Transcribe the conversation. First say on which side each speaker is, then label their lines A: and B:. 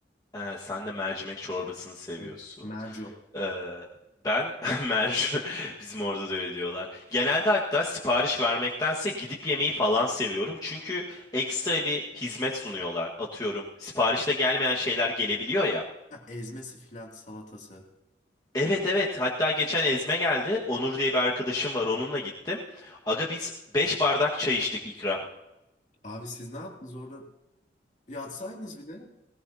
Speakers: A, on the left; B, on the left.
A: He, sen de mercimek çorbasını seviyorsun.
B: Evet. Merco.
A: Ee, ben <laughs> mercu bizim orada da öyle diyorlar. Genelde hatta sipariş vermektense gidip yemeği falan seviyorum. Çünkü ekstra bir hizmet sunuyorlar. Atıyorum siparişte gelmeyen şeyler gelebiliyor ya.
B: Ha, ezmesi filan salatası.
A: Evet evet hatta geçen ezme geldi. Onur diye bir arkadaşım var onunla gittim. Aga biz 5 bardak çay içtik ikram.
B: Abi siz ne yaptınız orada? Yatsaydınız bir de.